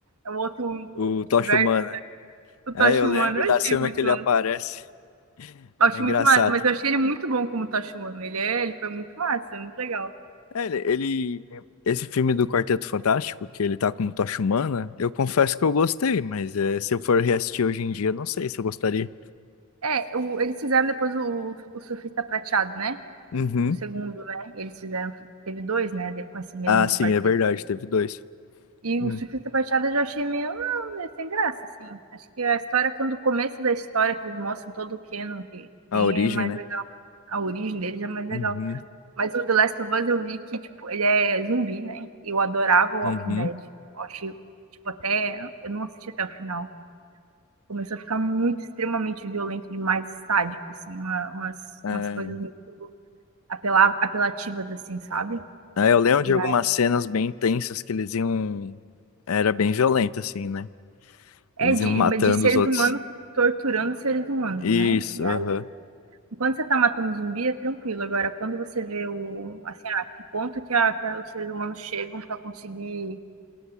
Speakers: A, on the right (about 75°); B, on the left (about 70°).
A: é o outro o
B: O
A: multiverso
B: Tocha Humana.
A: do
B: É,
A: Tocha
B: eu lembro
A: Humana. Eu
B: da
A: achei
B: cena
A: muito
B: que ele aparece.
A: Eu acho
B: É engraçado.
A: muito massa, mas eu achei ele muito bom como Tachimono. Ele é, ele foi muito massa, muito legal.
B: É, ele, ele- Esse filme do Quarteto Fantástico, que ele tá como Tocha Humana, eu confesso que eu gostei, mas é, se eu for reassistir hoje em dia, não sei se eu gostaria.
A: É, o- eles fizeram depois o, o Surfista Prateado, né?
B: Uhum.
A: O segundo, né? Eles fizeram, teve dois, né? Com esse mesmo
B: Ah, sim,
A: quarteto
B: é verdade,
A: aí.
B: teve dois.
A: E
B: Hum.
A: o Surfista Prateado eu já achei meio ah, é sem graça, assim. Acho que a história, quando o começo da história, que eles mostram todo o canon que
B: A
A: tem,
B: origem,
A: é mais
B: né?
A: legal. A origem deles é mais legal.
B: Uhum.
A: Mas o The Last of Us eu vi que, tipo, ele é zumbi, né? E eu adorava o
B: Uhum.
A: Walking Dead. Eu achei, tipo, até. Eu não assisti até o final. começou a ficar muito, extremamente violento, demais sádico, assim, uma, umas,
B: É,
A: umas coisas muito apela, apelativas, assim, sabe?
B: é, eu lembro de
A: E
B: algumas
A: aí,
B: cenas bem intensas que eles iam. Era bem violento, assim, né?
A: é
B: Eles
A: de,
B: iam matando
A: de seres
B: os outros.
A: humanos torturando seres humanos,
B: Isso,
A: né? E
B: aham.
A: aí, enquanto você tá matando zumbi, é tranquilo. Agora, quando você vê o, assim, ah, que ponto que, a, que a, os seres humanos chegam para conseguir